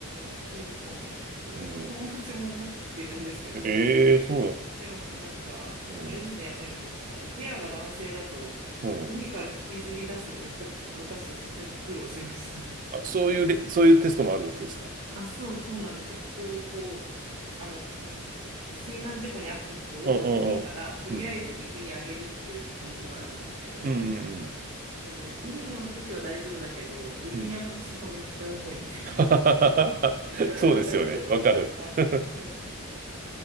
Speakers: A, on the right; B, on the right.
A: あ、そうかもしれない。私の友達も持ってるんですけどね、
B: うん。ええそう
A: レスキュー。でもなんか、
B: なの、
A: あれですね、やっぱり、あの、ペアが男性だと、
B: うん。
A: 海から引きずり出すのめっちゃ私たちく苦労しました。
B: うん。あ、そういうレ、そういうテストもあるわけですか。
A: あ、そうそうなんですよ。人をこう、あの、なんて、水難事故に遭った人を海からとりあえず陸に上げるっていう科目があるんですけど、
B: うんうんうん。うん。うんうんうん。
A: その海の時は大丈夫だけど、陸に上がった瞬間めっちゃ重いみたいな感じで。
B: うん <laughs>
A: <laughs>
B: そうですよね。わかる。
A: はい。
B: <laughs>
A: <laughs>